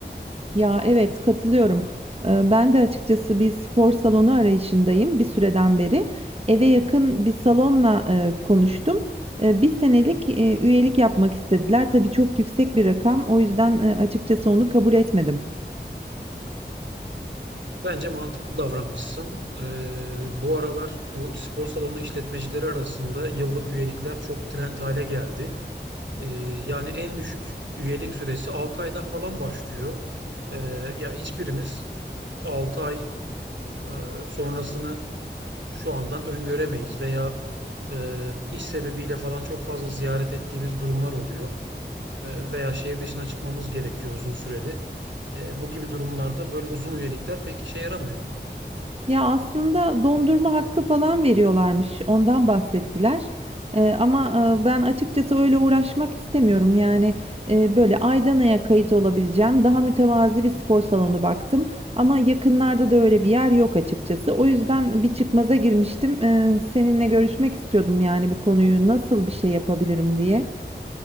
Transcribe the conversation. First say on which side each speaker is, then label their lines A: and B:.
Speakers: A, on the right; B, on the right.
A: Ya evet katılıyorum. Ee, ben de açıkçası bir spor salonu arayışındayım bir süreden beri. Eve yakın bir salonla e, konuştum. E, bir senelik e, üyelik yapmak istediler. Tabii çok yüksek bir rakam. O yüzden e, açıkçası onu kabul etmedim.
B: Bence mantıklı davranmışsın. E, bu aralar bu spor salonu işletmecileri arasında yıllık üyelikler çok trend hale geldi. Ee, yani en düşük üyelik süresi 6 aydan falan başlıyor. Ee, ya hiçbirimiz 6 ay e, sonrasını şu andan öngöremeyiz veya e, iş sebebiyle falan çok fazla ziyaret ettiğimiz durumlar oluyor. E, veya şehir dışına çıkmamız gerekiyor uzun süreli. E, bu gibi durumlarda böyle uzun üyelikler pek işe yaramıyor.
A: Ya aslında dondurma hakkı falan veriyorlarmış. Ondan bahsettiler. Ee, ama e, ben açıkçası öyle uğraşmak istemiyorum. Yani e, böyle Aydana'ya kayıt olabileceğim daha mütevazi bir spor salonu baktım. Ama yakınlarda da öyle bir yer yok açıkçası. O yüzden bir çıkmaza girmiştim. Ee, seninle görüşmek istiyordum yani bu konuyu nasıl bir şey yapabilirim diye.